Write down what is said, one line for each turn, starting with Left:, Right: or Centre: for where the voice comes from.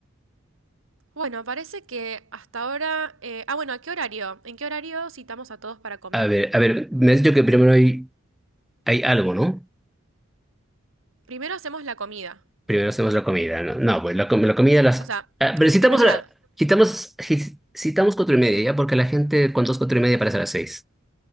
Right: Bueno, parece que hasta ahora... eh, ah, bueno, ¿a qué horario? ¿En qué horario citamos a todos para comer?
Centre: A ver, a ver, me has dicho que primero hay, hay algo, ¿no?
Right: Primero hacemos la comida.
Centre: Primero hacemos la comida, ¿no? No, pues la, com- la comida las...
Right: O sea,
Centre: ah, pero citamos,
Right: en realidad,
Centre: a la- citamos, ci- citamos cuatro y media, ¿ya? Porque la gente cuando es cuatro y media parece a las seis.